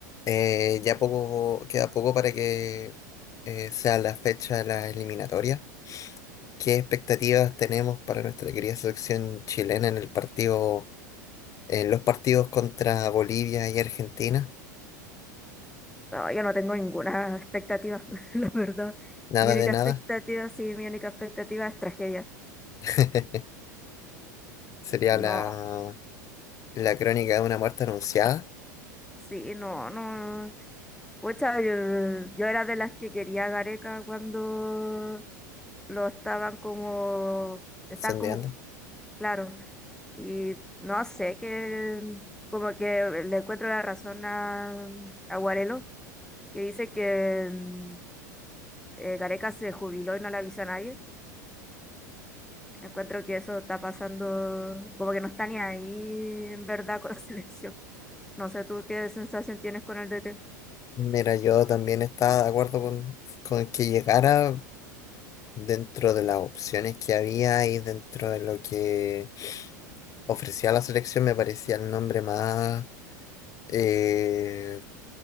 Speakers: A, on the left (about 35°); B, in the centre.
A: Eh, ya poco, queda poco para que eh, sea la fecha de la eliminatoria. ¿Qué expectativas tenemos para nuestra querida selección chilena en el partido, en los partidos contra Bolivia y Argentina?
B: No, yo no tengo ninguna expectativa, <laughs> la verdad.
A: Nada
B: Mi única
A: de nada.
B: expectativa, sí, mi única expectativa es tragedia.
A: <laughs> Sería
B: No,
A: la, la crónica de una muerte anunciada,
B: sí, no, no. Pucha, yo, yo era de las que quería a Gareca cuando lo estaban como, está
A: sondeando.
B: como, claro. Y no sé, que como que le encuentro la razón a, a Guarelo, que dice que mm, eh, Gareca se jubiló y no le avisó a nadie. Encuentro que eso está pasando, como que no está ni ahí en verdad con la <laughs> selección. No sé tú qué sensación tienes con el DT.
A: Mira, yo también estaba de acuerdo con, con que llegara dentro de las opciones que había y dentro de lo que ofrecía la selección, me parecía el nombre más eh,